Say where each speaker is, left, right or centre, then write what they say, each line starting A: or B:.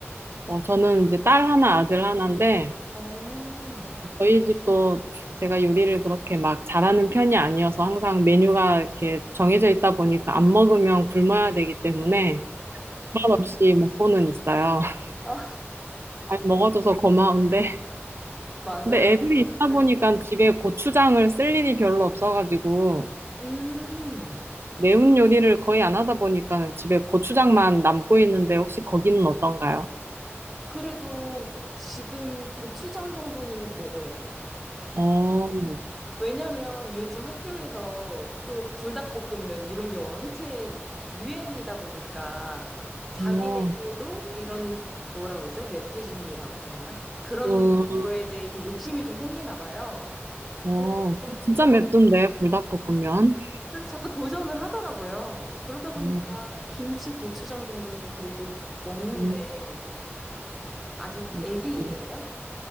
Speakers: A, on the right (about 60°); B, in the centre.
A: 어, 저는 이제 딸 하나, 아들 하나인데
B: 어, 아,
A: 저희 집도 제가 요리를 그렇게 막 잘하는 편이 아니어서 항상 메뉴가 이렇게 정해져 있다 보니까 안 먹으면 굶어야 되기 때문에 불만 없이 먹고는 있어요. <laughs>
B: 아,
A: 잘 먹어줘서 고마운데.
B: 맞아요.
A: 근데 애들이 있다
B: 네.
A: 보니까 집에 고추장을 쓸 일이 별로 없어가지고
B: 음,
A: 매운 요리를 거의 안 하다 보니까 집에 고추장만 남고 있는데 혹시 거기는 어떤가요?
B: 그래도 지금 고추장 정도는 먹어요.
A: 어,
B: 왜냐면 요즘 학교에서 또 불닭볶음면 이런 게 원체 유행이다 보니까 자기네들도
A: 어,
B: 이런 뭐라 그러죠? 맵부심이라고 하나? 그런
A: 어,
B: 거에 대해서 욕심이 좀 생기나 봐요.
A: 어,
B: 그래서
A: 그거 진짜
B: 자꾸,
A: 맵던데, 불닭볶음면.
B: 그래서 자꾸 도전을 하더라고요. 그러다 보니까
A: 음,
B: 김치, 고추장 정도는 그래도 먹는데
A: 음,
B: 아직
A: 역시.
B: 애기예요?